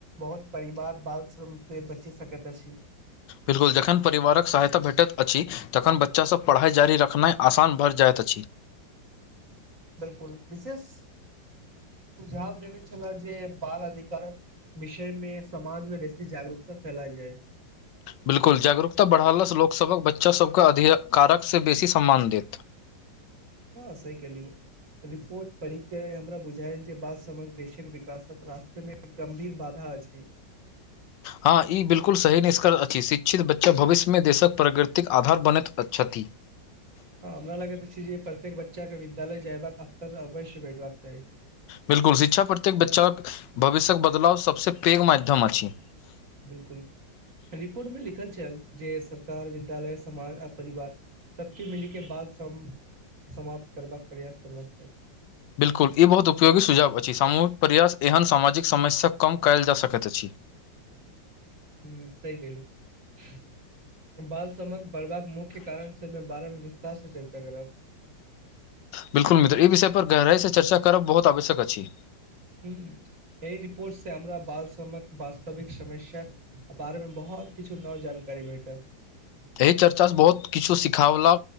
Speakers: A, on the right; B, on the left.
A: बहुत परिवार बाल श्रम से बचि सकैत अछि
B: बिल्कुल जखन परिवारक सहायता भेटैत अछि तखन बच्चासभ पढ़ाइ जारी रखनाइ आसान भरि जाइत अछि
A: बिलकुल विशेष सुझाव देने छलै जे बाल अधिकारक विषय मे समाज मे बेसी जागरूकता फैलाय जाय
B: बिल्कुल जागरूकता बढ़लासँ लोकसभक बच्चासभके अधिकारकसँ बेसी सम्मान देत
A: हँ सही कहलिये रिपोर्ट पढ़िक के हमरा बुझायल जे बाद समग देशक विकासक रास्ते मे गम्भीर बाधा अछि
B: हँ ई बिलकुल सही निष्कर्ष अछि शिक्षित बच्चा भविष्यमे देशक प्रगृतिक आधार बनैत छथि
A: हँ हमरा लागैत अछि जे प्रत्येक बच्चा के विद्यालय जयबाक अक्सर अवश्य भेटबाक चाही
B: बिल्कुल शिक्षा प्रत्येक बच्चा भविष्यक बदलाव सबसे पैघ माध्यम अछि
A: बिल्कुल रिपोर्टमे लिखल छल जे सरकार विद्यालय समाज आ परिवार सबके मिली के बात सम समाप्त करबाक प्रयास करबाक छै
B: बिल्कुल ई बहुत उपयोगी सुझाव अछि सामूहिक प्रयास एहन सामाजिक समस्या कम कयल जा सकैत अछि
A: हूं सही कहलू बाल समक बढ़बाक मुख्य कारण से मे बारे मे विस्तार से चर्चा करव
B: बिल्कुल मित्र ई विषय पर गहराई से चर्चा करब बहुत आवश्यक अछि
A: हूं एहि रिपोर्ट से हमरा बाल समक वास्तविक समस्या बारे मे बहुत किछु नव जानकारी भेटल
B: एहि चर्चासँ बहुत किछु सिखाबला